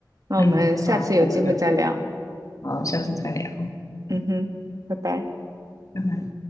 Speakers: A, on the right; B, on the left.
A: 那我们下次有机会再聊。
B: 嗯，好，我们有。好，下次再聊，
A: 嗯哼，拜拜。
B: 拜拜。